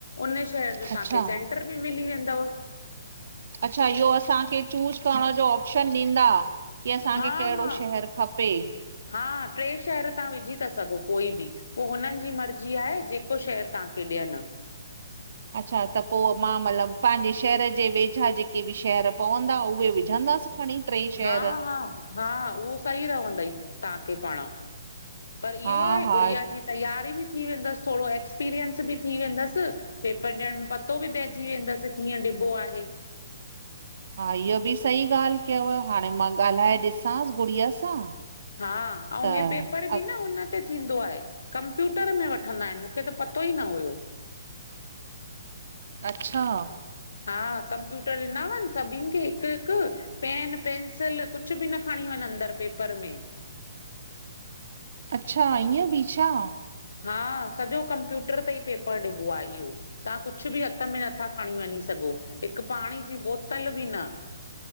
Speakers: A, on the left; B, on the right.
A: उन शहर जो
B: अच्छा
A: तव्हांखे सेंटर बि मिली वेंदव।
B: अच्छा, इहो असांखे चूस करण जो ऑप्शन ॾींदा? की असांखे
A: हा
B: कहिड़ो
A: हा
B: शहरु खपे?
A: हा, ट्रे शहर तव्हां विझी ता सघो कोई बि। पो हुननि जी मर्ज़ी आहे जेको शहर तव्हांखे ॾियनि।
B: अच्छा, त पो मां मतलबु पंहिंजे शहर जे वेझा जेके बि शहर पवंदा उहे विझंदासि खणी। टे शहर
A: हा -हा -हा, उहो सही रहंदई तव्हांखे पाण, पर इहो
B: हा
A: आहे
B: हा
A: गुड़िया जी तैयारी बि थी वेंदसि, थोड़ो एक्सपीरियंस बि थी वेंदसि। पेपर ॾियण में पतो बि पहिजी वेंदसि कीअं ॾिबो आहे,
B: हा, इहो बि सही ॻाल्हि कयव, हाणे मां ॻाल्हाए ॾिसांसि गुड़िया सां।
A: हा, अउं
B: त
A: हे पेपर बि
B: अ-
A: न हुन ते थींदो आहे कंप्यूटर में वठंदा आहिनि, मूंखे त पतो ई न हुयो।
B: अच्छा,
A: हा, कंप्यूटर ॾिना हुनि सभिननि खे हिकु- हिकु, पेन पेंंसिल कुछ ॿि न खणी वञ अंदरि पेपर में
B: अच्छा, ईअं ॿि छा?
A: हा, सॼो कंप्यूटर ते ई पेपर ॾिबो आ ईहो तव्हां कुछ ॿि हथ में नथा खणी वञी सघो। हिकु पाणी जी बोतल ॿि न।